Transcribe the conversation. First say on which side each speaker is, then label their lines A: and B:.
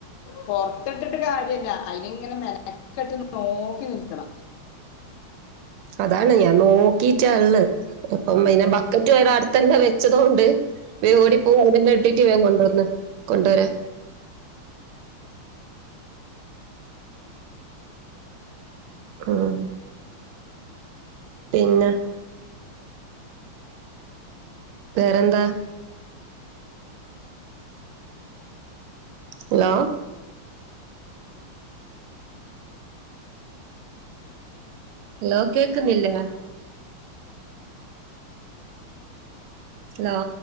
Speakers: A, on the left; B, on the right.
A: പൊറത്തിട്ടിട്ട് കാര്യല്ല അയിനി ഇങ്ങനെ മെനക്കട്ട് നോക്കി നിൽക്കണം
B: അതാണ് ഞാൻ നോക്കീട്ട ഇള്ളേ ഇപ്പം അയ്ന് റ്റ അടുത്തല്ല വെച്ചതോണ്ട് വേ ഓടി പോക അതിന്റെ ഇടട്ട് വൻ കൊണ്ടുവന്ന കൊണ്ടുവ വരാ ആം പിന്നെ വേറെന്താ ഹലോ ഹലോ കേക്കുന്നില്ലേ ഹലോ